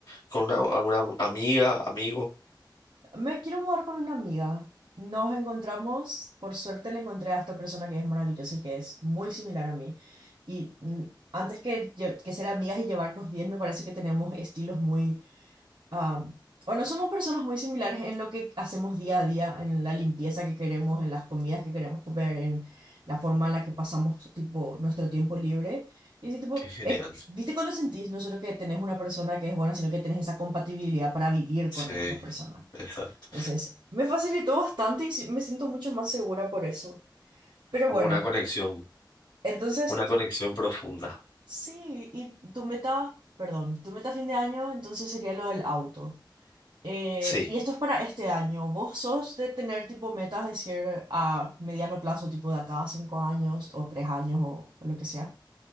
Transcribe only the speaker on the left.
con una, alguna amiga, amigo.
Qué genial.
Sí,
exacto.
Como
una conexión,
una
conexión profunda.
Sí,